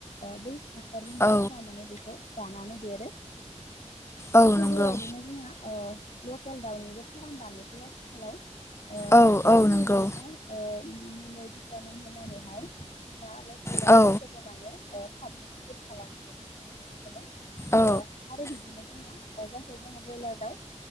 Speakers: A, on the left; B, on the left.
A: ओ बै फोरनि नाफोरा
B: औ
A: माने बेखौ जानानै देरो।
B: औ
A: थिग
B: नंगौ
A: बेबायदिनो जोंहा ओ लकेल दाउनिबो फाराम बानायसै आथिखालाव। ओ
B: औ
A: गोबां
B: औ नंगौ
A: बिदिनो ओ मु मुलि भिटामिन होनानैहाय जों ना लकेल दाउफोरखौबो
B: औ
A: माने ओ थाबनो गिदिर खालामनायखौ जोङो नुनो मोनो।
B: औ
A: ओ आरो बिदिनो जोङो ओ जायखौ बुङो बयलार दाउ।